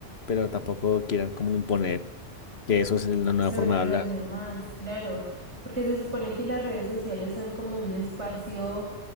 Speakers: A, on the left; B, on the right.
A: pero tampoco quieran como imponer que eso es la nueva
B: Sobre
A: forma
B: los
A: de hablar.
B: demás, claro, porque se supone que las redes sociales son como un espacio